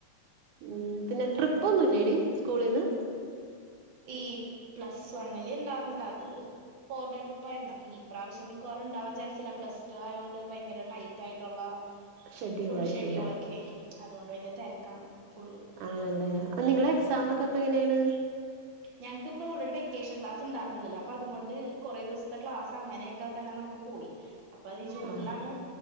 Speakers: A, on the right (about 85°); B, on the right (about 55°).
A: ഉം പിന്നെ ട്രിപ്പ് ഒന്നുംല്ലടി സ്കൂളീന്ന്
B: ഈ പ്ലസ് വണ്ണില് ഇണ്ടാർന്നതാ അത് ഫോർ ഡേ ട്രിപ്പ് ആയിരുന്നു അപ്പൊ ഈ പ്രാവശ്യ മി ക്കാറും ഇണ്ടാവാൻ ചാൻസില്ല പ്ലസ് ടു ആയോണ്ട് ഭയങ്കര ടൈറ്റ് ആയിട്ടുള്ള
A: ഷെഡ്യൂൾ
B: ഫുൾ
A: ആയിരിക്കുംല്ലേ
B: ഷെഡ്യൂൾ ഒക്കെ അതുകൊണ്ട് ഭയങ്കര തിരക്കാണ് ഫുള്
A: ആണല്ലേ നിങ്ങളടെ എക്സാമൊക്കെ അപ്പ എങ്ങനെയാണ്
B: ഞങ്ങക്ക്പ്പൊ ഓൾറെഡി വെക്കേഷൻ ക്ലാസ്ണ്ടാർന്നില്ലല്ല അപ്പ അതുകൊണ്ട് കുറെ ദിവസത്തെ ക്ലാസ് അങ്ങനൊക്കെ തന്നെ നമുക്ക് പോയി അപ്പൊ അത് ജൂണിലാണ്
A: ആഹ്